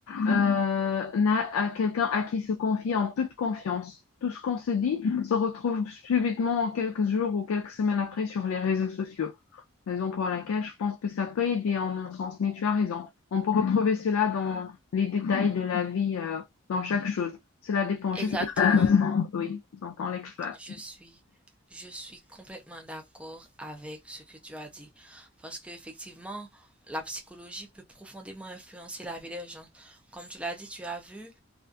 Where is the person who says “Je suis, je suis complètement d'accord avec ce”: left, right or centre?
Centre